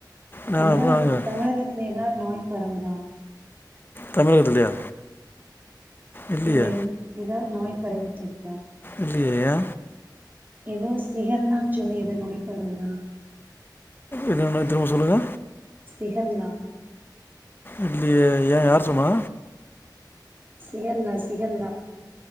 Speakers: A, on the left (about 30°); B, on the right (about 25°).
A: நான்
B: தமிழக
A: நான்
B: தமிழகத்துல ஏதாவது நோய் பரவுதா
A: தமிழகத்துலையா இல்லையே
B: இல்ல இல் ஏதாவது நோய் பரவிட்ருக்கா
A: இல்லியே ஏ
B: ஏதோ சிகல் தான்னு சொல்லி ஏதோ நோய் பரவுதா
A: என்னன்ன திரும்ப சொல்லுங்க
B: சிஹல்லா
A: இல்லியே ஏ யார் சொன்னா
B: சிகல்னா சிகல்னா